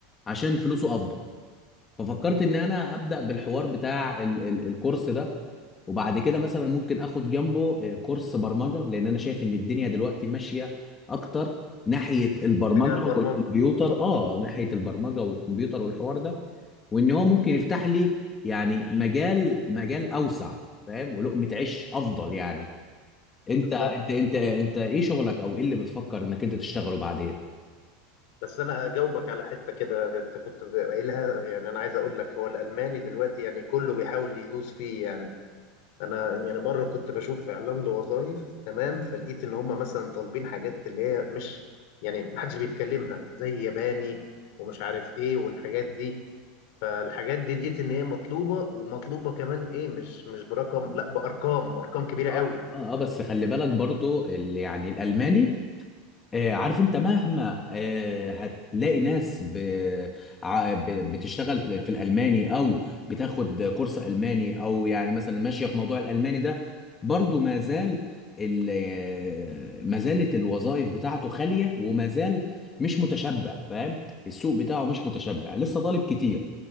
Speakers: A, on the left; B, on the left.
A: عشان فلوسه افضل ففكرت ان انا ابدا بالحوار بتاع ال ال الكورس ده وبعد كده مثلا ممكن اخد جنبه آه، كورس برمجه لان انا شايف ان الدنيا دلوقتي ماشيه اكتر ناحيه البرمجه
B: في اتجاه البرمجة
A: والكمبيوتر اه ناحيه البرمجه والكمبيوتر والحوار ده وان هو ممكن يفتح لي يعني مجال مجال اوسع فاهم ولقمه عيش افضل يعني انت
B: بالظبط
A: انت انت انت ايه شغلك او ايه اللي بتفكر انك انت تشتغله بعدين
B: بس انا اجاوبك على حته كده انت كنت قايلها يعني انا عايز اقول لك هو الالماني دلوقتي يعني كله بيحاول يدوس فيه يعني انا يعني مره كنت بشوف اعلان لوظائف تمام فلقيت ان هم مثلا طالبين حاجات اللي هي مش يعني محدش بيتكلمها زي ياباني ومش عارف ايه والحاجات دي فالحاجات دي لقيت ان هي مطلوبه ومطلوبه كمان ايه مش مش برقم لا بارقام ارقام كبيره قوي
A: اه اه آه، بس خلي بالك برضو ال- يعني الالماني آه، عارف انت مهما آه، هتلاقي ناس ب... ع- ب- بتشتغل في في الالماني او بتاخد كورس الماني او يعني مثلا ماشيه في موضوع الالماني ده برضو ما زال ال... آه، ما زالت الوظائف بتاعته خاليه وما زال مش متشبع فاهم السوق بتاعه مش متشبع لسه طالب كتير